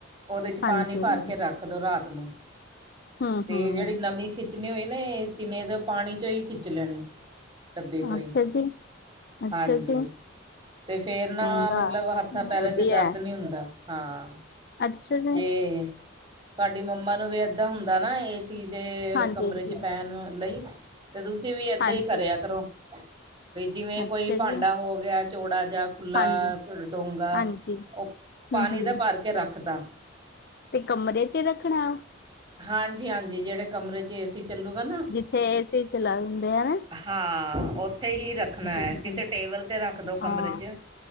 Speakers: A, on the right; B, on the left.
A: ਓਦੇ ਚ
B: ਹਾਂਜੀ,
A: ਪਾਣੀ ਭਰ ਕੇ ਰੱਖ ਕਦੋ ਰਾਤ ਨੂੰ
B: ਹੂੰ,
A: ਤੇ
B: ਹੂੰ,
A: ਜੇਹੜੀ ਨਵੀਂ ਖਿੱਚ ਜਿੰਨੇ ਵੇਲੇ ਏਸੀ ਨੇ ਤੇ ਪਾਣੀ ਚੋਂ ਖਿੱਚ ਲੈਣੀ। ਡੱਬੇ ਚੋਂ
B: ਅੱਛਾ
A: ਈ
B: ਜੀ, ਅੱਛਾ
A: ਹਾਂਜੀ।
B: ਜੀ।
A: ਤੇ ਫੇਰ ਨਾ
B: ਚੰਗਾ
A: ਮਤਲਬ ਹੱਥਾਂ ਪੈਰਾਂ
B: ਵਧੀਆ
A: ਚ ਦਰਦ ਨੀ ਹੁੰਦਾ ਹਾਂ।
B: ਅੱਛਾ ਜਾ
A: ਜੇ ਤੁਹਾਡੀ ਮੰਮਾ ਨੂੰ ਵੀ ਏਦਾਂ ਹੁੰਦਾ ਨਾ ਏਸ ਸੀ ਦੇ
B: ਹਾਂਜੀ
A: ਕਮਰੇ
B: ਹਾਂਜੀ
A: ਚ ਪੈਣ ਲਈ ਤੇ ਤੁਸੀਂ ਵੀ ਏਦਾਂ
B: ਹਾਂਜੀ
A: ਈ ਕਰਿਆ ਕਰੋ। ਬਈ ਜਿਵੇਂ
B: ਅੱਛਾ
A: ਕੋਈ
B: ਜੀ
A: ਭਾਂਡਾ ਹੋ ਗਿਆ ਚੌੜਾ ਜਿਹਾ। ਖੁੱਲਾ
B: ਹਾਂਜੀ
A: ਡੋਂਗਾ
B: ਹਾਂਜੀ
A: ਉਹ ਪਾਣੀ
B: ਹਮ ਹਮ
A: ਦਾ ਭਰ ਕੇ ਰੱਖ ਤਾ।
B: ਤੇ ਕਮਰੇ ਚ ਏ ਰੱਖਣਾ?
A: ਹਾਂਜੀ-ਹਾਂਜੀ ਜੇੜੇ ਕਮਰੇ ਚ ਏਸੀ ਚੱਲੂਗਾ ਨਾ।
B: ਫੇਰ ਏ ਸੀ ਚਲਾ ਹੁੰਦੇ ਆਨਾ।
A: ਹਾਂ ਓਥੇ ਹੀ ਰੱਖਣਾ ਐ
B: ਹਾਂਜੀ
A: ਕਿਸੇ ਟੇਬਲ ਤੇ ਰੱਖਦੋ
B: ਹਾਂ
A: ਕਮਰੇ ਚ।